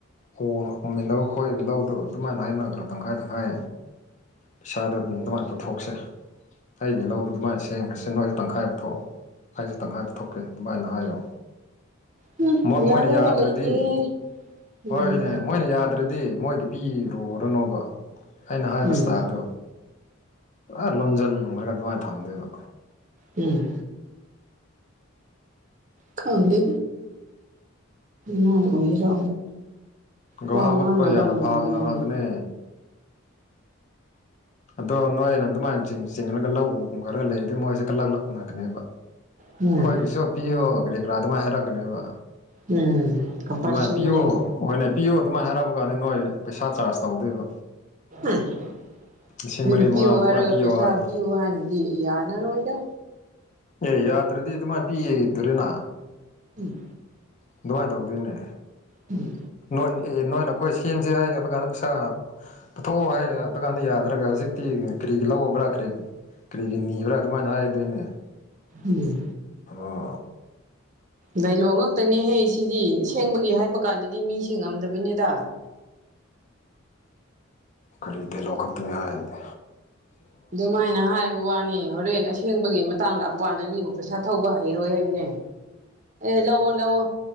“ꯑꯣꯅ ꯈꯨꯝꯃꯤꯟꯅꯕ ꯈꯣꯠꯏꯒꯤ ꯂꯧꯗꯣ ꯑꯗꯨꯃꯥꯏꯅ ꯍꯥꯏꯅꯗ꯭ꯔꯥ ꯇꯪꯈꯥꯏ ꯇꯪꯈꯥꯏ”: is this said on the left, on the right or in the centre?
Left